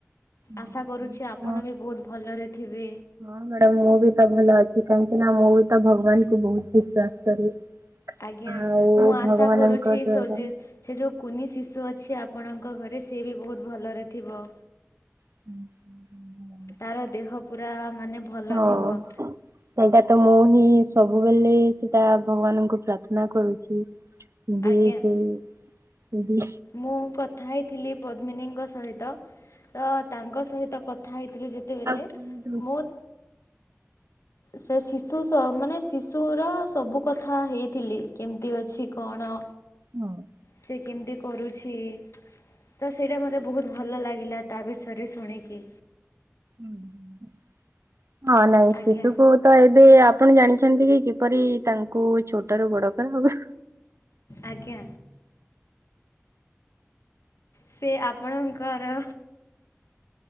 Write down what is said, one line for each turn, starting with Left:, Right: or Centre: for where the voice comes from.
Right: ହଁ
Left: ଆଶା
Right: ସେଇଟା
Left: କରୁଛି ଆପଣ
Right: ତ
Left: ବି ବହୁତ ଭଲରେ ଥିବେ
Right: ହଁ ମ୍ୟାଡାାମ ମୁଁ ବି ତ ଭଲ ଅଛି କାହିଁକି ନା ମୁଁ ବି ତ ଭଗବାନ କୁ ବହୁତ ବିଶ୍ଵାସ କରେ
Left: ଆଜ୍ଞା
Right: ଆଉ
Left: ମୁଁ ଆଶା
Right: ଭଗବାନଙ୍କ
Left: କରୁଛି
Right: ଦ୍ଵାରା
Left: ସଜି
Right: ହଁ
Left: ସେ ଯେଉଁ କୁନି ଶିଶୁ ଅଛି ଆପଣଙ୍କ ଘରେ ସେ ବି ବହୁତ୍ ଭଲରେ ଥିବ
Right: ହୁଁ ହୁଁ ହୁଁ <unintelligible>
Left: ତାର ଦେହ ପୁରା ମାନେ ଭଲ
Right: ହଁ
Left: ଥିବ
Right: ସେଇଟା ତ ମୁଁ ହିଁ ସବୁବେଲେ ସେଟା ଭଗବାନଙ୍କୁ ପ୍ରାର୍ଥନା କରୁଛି ମୁ
Left: ଆଜ୍ଞା
Right: ସେଇ ଯଦି
Left: ମୁଁ କଥା ହେଇଥିଲି ପଦ୍ମିନୀଙ୍କ ସହିତ ତ ତାଙ୍କ ସହିତ କଥା ହେଇଥିଲି ଯେତେବେଲେ
Right: କୁହନ୍ତୁ
Left: ମୁଁ ସେ ଶିଶୁ ଶ ମାନେ ଶିଶୁର ସବୁ କଥା ହେଇଥିଲି କେମ କେମ୍ତି ଅଛି କଣ
Right: ହଁ
Left: ସେ କେମିତି କରୁଛି ତ ସେଇଟା ମୋତେ ବହୁତ ଭଲ ଲାଗିଲା ତା ବିଷୟରେ ଶୁଣିକି
Right: ହଁ ହଁ ନାଇଁ
Left: ଆଜ୍ଞା
Right: ସେଠୁ କହୁ ତ ଏବେ ଆପଣ ଜାଣିଛନ୍ତି କି କିପରି ତାଙ୍କୁ ଛୋଟ ରୁ ବଡ କରା ହବ
Left: ଆଜ୍ଞା ସେ ଆପଣଙ୍କର